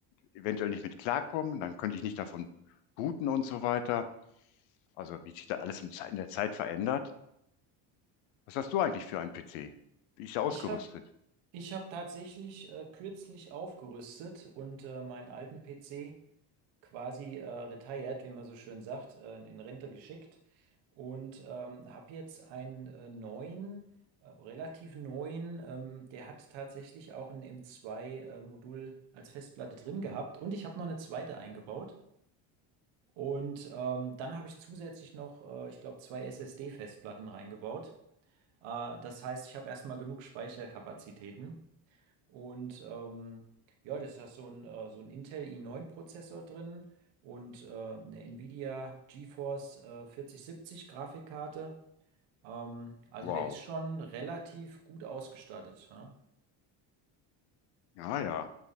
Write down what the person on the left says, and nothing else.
eventuell nicht mit klarkommen. Dann könnte ich nicht davon booten und so weiter. Also wie sich da alles in Zeit- in der Zeit verändert. Was hast du eigentlich für einen PC? Wie ist der
ausgerüstet?
Wow.
Ja, ja.